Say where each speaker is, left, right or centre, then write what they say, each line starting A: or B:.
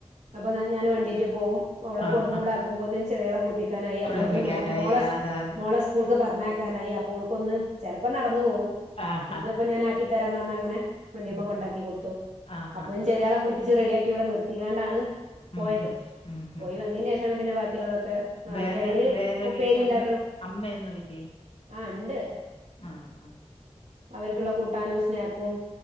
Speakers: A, on the right (about 85°); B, on the left (about 55°).
A: അപ്പൊ ഞാൻ വണ്ടിയറ്റ് പോവും
B: ആ
A: അവളെ
B: ആ
A: കൊടുന്ന്
B: ആ
A: ഇവിടെ ആക്കുമ്പോതിന്ന് ചെറിയാളെ കുളിപ്പിക്കും ക്കാനായി
B: കുളിപ്പിക്കാനായി
A: അപ്പോതിന് മോളസ്
B: അതാത്
A: മോളസ് സ്കൂൾക്ക് പറഞ്ഞയ്ക്കാനായി അപ്പോ ഓൾക്കൊന്ന് ചലപ്പോ നടന്നു പോവും
B: ആഹാ
A: ഇന്നിപ്പോ ഞാൻആക്കി തരാന്നറഞ്ഞ അങ്ങനെ വണ്ടിമ്മ
B: ഉം
A: കൊണ്ടാക്കി
B: ഉം
A: കൊടുത്തു
B: ആഹാ
A: അപ്പൊ ഞൻ ചെറിയളെ കുളിപ്പിച്ച് റെഡിയാക്കി ഇവിടെ നിർത്തിങ്ങാ ണ്ടാണ് പോയത്
B: ഉം ഉം ഉം
A: പോയി
B: ഉം
A: വന്നീ ന്റെ ശേഷാണ് പിന്നെ ബാക്കിയുള്ളതൊക്കെ ആഹ്
B: വേറെ
A: അയിന്റെ എടയില്
B: വേറെ
A: ഉപ്പേരി
B: വീട്ടിൽ
A: ഇണ്ടാക്കണം
B: അമ്മ അമ്മയൊന്നുമില്ലേ
A: ആഹ് ഇണ്ട്
B: ആഹ് ആഹ്
A: അവര്ക്ക്ള്ള കൂട്ടാനും സ്നാക്കും